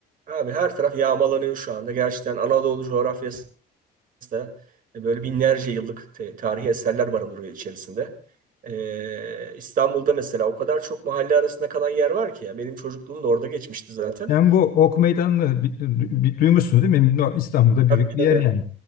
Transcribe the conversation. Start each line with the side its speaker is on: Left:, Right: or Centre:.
Right: abi her taraf yağmalanıyor şu anda. Gerçekten Anadolu coğrafyası da böyle binlerce yıllık te- tarihi eserler barındırıyor içerisinde. Ee, İstanbul'da mesela o kadar çok mahalle arasında kalan yer var ki ya. Benim çocukluğum da orada geçmişti zaten.
Left: Sen bu Ok Meydanı'nı bi- bi- duymuşsun değil mi? No, İstanbul'da
Right: Tabii
Left: büyük bir
Right: tabii.
Left: yer yani.